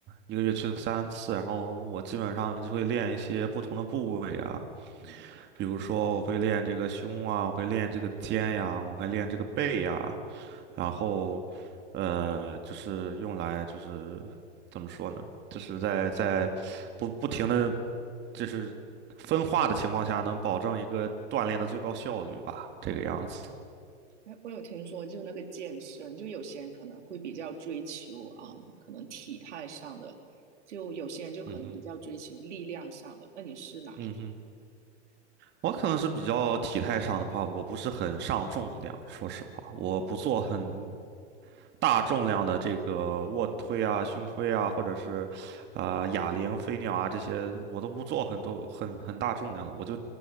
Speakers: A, on the right; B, on the right.
A: 一个月去三次，然后我基本上就会练一些不同的部位啊。
B: 嗯，
A: 比如说，我会练这个胸啊，我会练这个肩呀，我会练这个背呀，然后，呃，就是用来就是怎么说呢？就是在在不不停的就是分化的情况下，能保证一个锻炼的最高效率吧，这个样子。
B: 哎，我有听说，就那个健身，就有些人可能会比较追求啊、嗯可能体态上的，就有些人就可能比较追求力量上的。
A: 嗯哼，
B: 那你是哪一种？
A: 嗯哼，我可能是比较体态上的吧，我不是很上重量，说实话，我不做很大重量的这个卧推啊、胸推啊，或者是，呃，哑铃、飞鸟啊这些，我都不做很多很很大重量的，我就